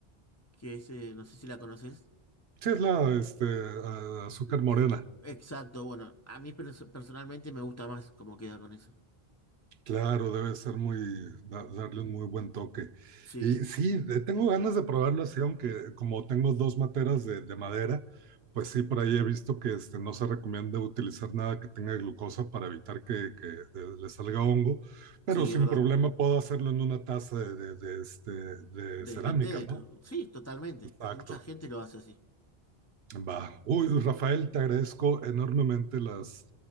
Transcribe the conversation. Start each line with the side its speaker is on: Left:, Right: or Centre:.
Left: que es, eh, no sé si la conoces,
Right: Sí, es la, este, a- azúcar morena.
Left: que es co- exacto, bueno, a mí perso- personalmente me gusta más cómo queda con eso.
Right: Claro, debe ser muy, da- darle un muy buen toque.
Left: Sí,
Right: Y sí, eh, tengo ganas de probarlo así, aunque como tengo dos materas de, de madera, pues sí, por ahí he visto que este, no se recomienda utilizar nada que tenga glucosa para evitar que, que, eh, le salga hongo, pero
Left: sí,
Right: sin
Left: es verdad.
Right: problema puedo hacerlo en una taza de, de- de, este, de
Left: Desde
Right: cerámica,
Left: té,
Right: ¿no?
Left: sí, totalmente.
Right: Exacto.
Left: Mucha gente lo hace así.
Right: Va. Uy, Rafael, te agradezco enormemente las